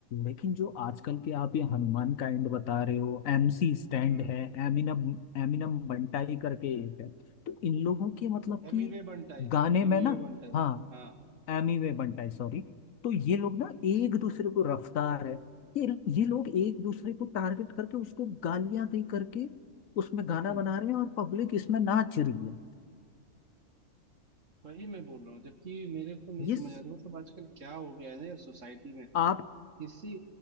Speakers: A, on the left (about 75°); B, on the right (about 65°).
A: लेकिन जो आजकल के आप ये हनुमान काइंड बता रहे हो एमसी स्टैंड
B: हम्म
A: है एमिनम एमिनम बंटाई करके एक है तो इन लोगों के मतलब
B: एमिवे
A: कि
B: बंटाई
A: गाने में
B: एमिवे
A: ना
B: बंटाई
A: हाँ
B: हाँ
A: Emiway Bantai sorry तो ये लोग ना एक दूसरे को रफ्तार है ये ये लोग एक दूसरे को टारगेट करके उसको गालियां दे करके उसमें गाना
B: हम्म
A: बना रहे हैं और पब्लिक इसमें नाच रही है
B: वही मैं बोल रहा हूँ जबकि मेरे को नहीं
A: ये
B: समझ
A: स-
B: आता मतलब आजकल क्या हो गया है ना यार सोसाइटी में
A: आप
B: किसी